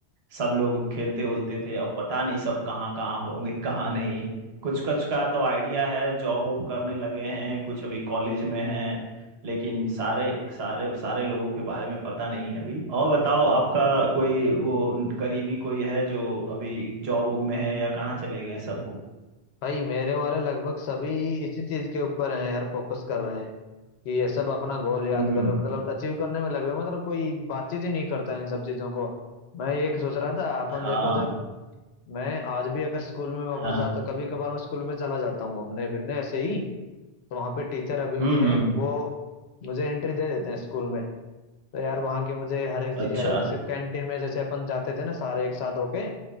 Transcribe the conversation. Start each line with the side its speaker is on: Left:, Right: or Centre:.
Right: सब लोग खेलते उलते थे अब पता नहीं सब कहाँ कहाँ होंगे कहाँ नहीं कुछ कुछ का तो आइडिया है जॉब वॉब करने लगे हैं कुछ अभी कॉलेज में हैं लेकिन सारे सारे सारे लोगों के बारे में पता नहीं है अभी और बताओ आपका कोई वो करीबी कोई है जो अभी जॉब वॉब में है या कहाँ चले गए सब
Left: भाई मेरे वाले लगभग सभी इसी चीज के ऊपर हैं यार फोकस कर रहे हैं कि ये सब अपना गोल याद
Right: हम्म
Left: कर मतलब अचीव करने में लगे हुए हैं। मतलब कोई बातचीत ही नहीं करता इन सब चीजों को मैं ये सोच रहा था अपन
Right: हाँ
Left: देखो जब मैं आज भी अगर स्कूल में वापस
Right: हाँ
Left: जाता कभी कभार मैं स्कूल में चला जाता हूँ घूमने फिरने ऐसे ही तो वहाँ पे टीचर अभी
Right: हम्म
Left: भी हैं
Right: हम्म
Left: वो मुझे एंट्री दे देते हैं स्कूल में तो यार वहाँ की मुझे हर एक चीज़
Right: अच्छा
Left: याद है जैसे कैंटीन में जैसे अपन जाते थे ना सारे एक साथ होके